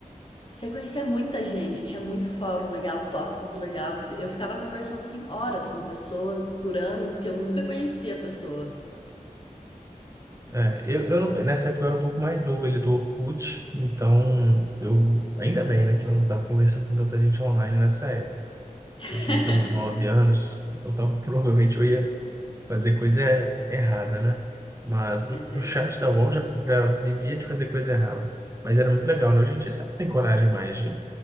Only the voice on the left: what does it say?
você conhecia muita gente, tinha muito fórum legal, tópicos legal. que você- Eu ficava conversando assim horas com pessoas por anos que eu nunca conhecia a pessoa.
<laughs>
É verdade.